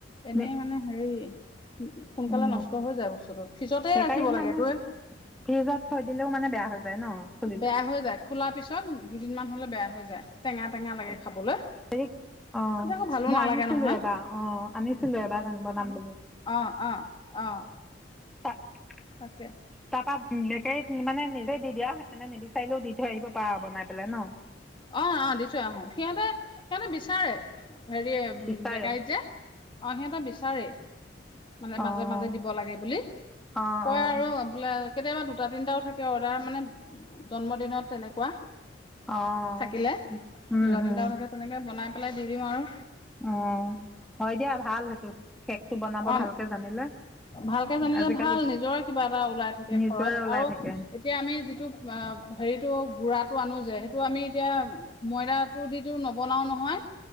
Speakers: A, on the left (about 25°); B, in the centre.
A: এনেই
B: অ
A: মানে হেৰি উ সোনকালে
B: উম,
A: নষ্ট হৈ যায় বস্তু <unintelligible> ফিছতে
B: বেকাৰীত
A: ৰাখিব লাগে
B: মানে
A: তোৱে
B: ফ্ৰিজত থৈ দিলেও মানে বেয়া হৈ যায় ন। খুলিলে।
A: বেয়া হৈ যায়। খোলাৰ পিছত দুদিনমান হ'লে বেয়া হৈ যায় টেঙা টেঙা লাগে।
B: অ
A: খাবলৈ
B: মই আনিছিলো
A: তেতিয়া
B: এবাৰ
A: আকৌ ভালো নালাগে
B: অ
A: নহয়
B: আনিছিলো এবাৰ জানিবনাম
A: অ অ অ
B: <unintelligible>
A: তাকে
B: তাৰপা বেকাৰীত মানে নিজে দি দিয়ানে নিবিচাৰিলেও দি থৈ আহিব পাৰা বনাই পেলাই ন।
A: অ আহ দি থো আহো সিহঁতে সিহঁতে বিচাৰে হেৰি
B: বিচাৰে
A: বেকাৰী যে অ সিহঁতে বিচাৰে মানে
B: অ', অ',
A: মাজে মাজে দিব লাগে বুলি
B: অ',
A: কয়
B: অ'।
A: আৰু বোলে কেতিয়াবা দুটা তিনটাও থাকে অৰ্ডাৰ মানে জন্ম দিনত তেনেকুৱা
B: অ',
A: থাকিলে
B: উম,
A: দুটা
B: হম,
A: তিনিটা থাকে তেনেকে বনাই পেলাই দি দিম আৰু।
B: অ'। হয় দিয়া ভাল সেইটো কেকটো বনাব
A: অ
B: ভালকে জানিলে।
A: ভালকে জানিলে
B: আজিকালি
A: ভাল নিজৰে কিবা এটা ওলাই থাকে
B: নিজৰে
A: খৰচ
B: ওলাই
A: আৰু
B: থাকে
A: এতিয়া আমি যিটো হেৰিত গুৰাটো আনো যে টো আমি এতিয়া ময়দাটো দিতো নবনাও নহয়